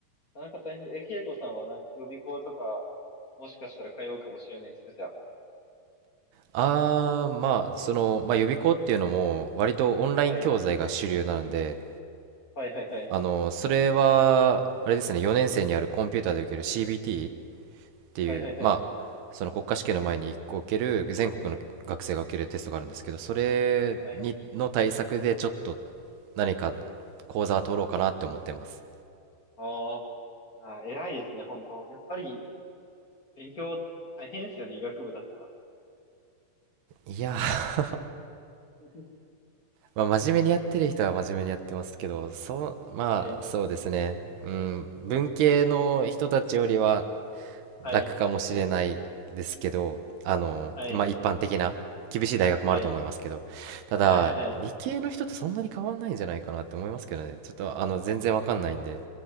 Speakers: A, on the left; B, on the right.
A: なんか大変。え、慶吾さんはなんか予備校とか、もしかしたら通うかもしれないですか、じゃあ。
B: あー、まあ、その、まあ、予備校っていうのも、割とオンライン教材が主流なので、
A: はい。はい、はい、はい。
B: あの、それは、あれですね、4年生にあるコンピューターで受ける CBT っていう、
A: はい、はい、はい。
B: まあ、その国家試験の前に1個受ける、全国の学生が受けるテストがあるんですけど、それに、
A: はい。
B: の対策で、ちょっと何か講座取ろうかなって思ってます。
A: ああ。いやー、偉いですね、本当。やっぱり、勉強大変ですよね、医学部だったら。
B: いやー
A: <laughs>
B: まあ、真面目にやってる人は真面目にやってますけど、そう、まあ、
A: はい、
B: そうですね。うん、文系の人たちよりは
A: はい、
B: 楽かもしれないですけど、あの、
A: はい、
B: まあ、
A: はい、
B: 一般的な厳しい大学もあると思いますけど、
A: はい、
B: ただ、
A: はい、はい。
B: 理系の人とそんなに変わんないんじゃないかなって思いますけどね。ちょっと、あの、全然わかんないんで。